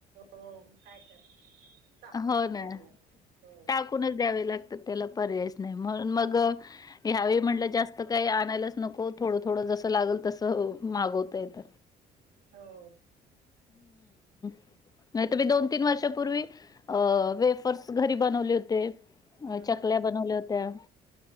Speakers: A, on the right; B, on the left.
A: हो मग काय करणार चाकूनच
B: हो ना
A: द्यायला लागत हो
B: टाकूनच द्यावे लागतात त्याला पर्यायच नाही म्हणून मग घ्यावे म्हटलं जास्त काही आणायलाच नको थोडं थोडं जसं लागल तसं मागवत येत
A: हो
B: नाही तर मी दोन तीन वर्षापूर्वी अ वेफर्स घरी बनवले होते
A: हम्म
B: अ चकल्या
A: हम्म
B: बनवल्या होत्या